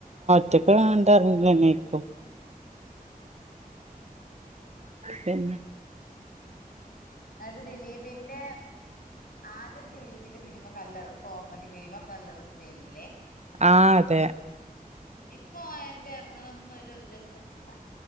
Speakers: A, on the right; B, on the left.
A: ഒറ്റക്കുള്ള അന് തന്നെ ഇക്കും പിന്നെ
B: എന്നട്ട് ദിലീപിന്റെ ആദ്യ ദിലീപിന്റെ ഫിലിമ കല്ലർ കോമഡി ഫിലിമ കല്ലറ സിനില്ലേ
A: ആ അതെ
B: ഇപ്പോ ആ എന്റെ എറങ്ങളൊന്നും ഒരു ഇതിട്ടന്നില്ല